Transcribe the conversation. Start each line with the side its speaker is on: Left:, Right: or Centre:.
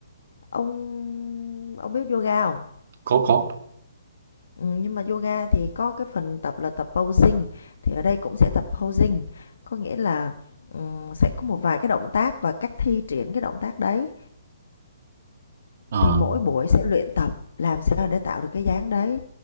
Left: ông ông biết yoga không
Right: có có
Left: Ừm, nhưng mà yoga thì có cái phần tập là tập posing, thì ở đây cũng sẽ tập posing, có nghĩa là, ừm, sẽ có một vài cái động tác và cách thi triển cái động tác đấy.
Right: Ờ,
Left: Thì mỗi buổi sẽ luyện tập làm sao để tạo được cái dáng đấy.